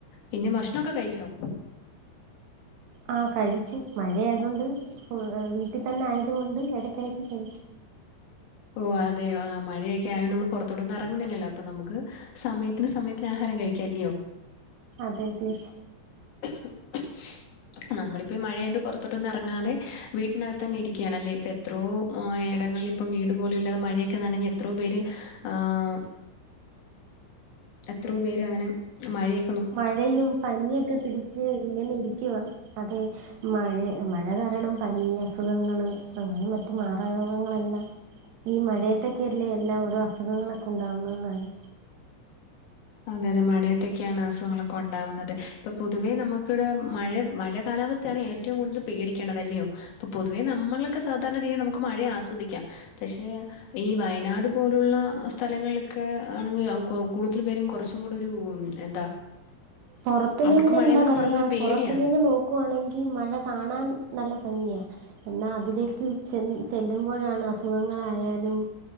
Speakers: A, on the left; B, on the right.
A: പിന്നെ ഭഷണംക്കെ കഴിച്ചോ
B: ആഹ് കഴിച്ച് മഴ ആയതുകൊണ്ട് വീട്ടിൽ തന്നെ ആയതുകൊണ്ട് ഇടക്കടക്ക് കഴി
A: ഓ അതെ ആഹ് മഴയൊക്കെ ആയോണ്ട് നമ്മൾ പുറത്തോട്ടൊന്നും ഇറങ്ങുന്നില്ലല്ലോപ്പൊ നമുക്ക് സമയത്തിന് സമയത്തിന് ആഹാരം കഴിക്കാല്ലയോ
B: അതെതെ
A: <inaudible> നമ്മളിപ്പോഈ മഴയണ്ട് പുറത്തോട്ടൊന്നും ഇറങ്ങാതെ വീട്ടിനകത്ത് തന്നെ ഇരിക്കുകാണ്ണല്ലേ ഇപ്പ എത്രോ ആഹ് എടങ്ങളിൽ ഇപ്പം വീട് പോലും ഇല്ലാതെ മഴയൊക്കെന്നനഞ്ഞ് എത്രോ പേര് ആഹ് എത്രോ പേര് അങ്ങനെ മഴയൊ
B: മഴയും പനിയൊക്കെ പിടിച്ച് ഇങ്ങനെ ഇരിക്കുവ അതെ മയേ മഴ കാരണം പനി അസുഖങ്ങള് അങ്ങനെ മ- മാറായോഗങ്ങളെല്ലാം ഈ മഴയത്തൊക്കെയല്ലേ എല്ലാ ഓരോ അസുഖങ്ങളൊക്കെ ഉണ്ടാവുന്നുന്നത് തന്നെ
A: അതെ അതെ മഴയത്തക്കെയാണ് അസുഖങ്ങളൊക്കെ ഉണ്ടാവുന്നത് ഇപ്പൊ പൊതുവേ നമുക്കിവിടെ മഴ മഴ കാലാവസ്ഥ ത്തെയാണ് ഏറ്റവും കൂടുതൽ പേടിക്കേണ്ടത് അല്ല്യയോ ഇപ്പൊ പൊതുവേ നമ്മളൊക്കെ സാധാരണ രീതിയിൽ നമുക്ക് മഴയേ ആസ്വദിക്ക്യം പക്ഷെ ഈ വയനാട് പോലുള്ള സ്ഥലങ്ങൾലൊക്കെ ആണെങ്കിൽ കൂടുതൽ പേരും കൊറച്ചും കൂടരു എന്താ
B: പൊറത്തു
A: അവർക്ക്
B: നിന്ന്
A: മഴയെന്നൊക്കെ
B: എന്താ പറയാ
A: പറയുമ്പോൾ ഒരു പേടിയാണ്
B: പൊറത്തു നിന്ന് നോക് ക്കുവാണെങ്കി മഴ കാണാൻ നല്ല ഭങ്ങിയാ എന്നാ അതിലേക്ക് ചെന്ന് ചെല്ലുമ്പോഴാണ് അസുഖങ്ങളായാലും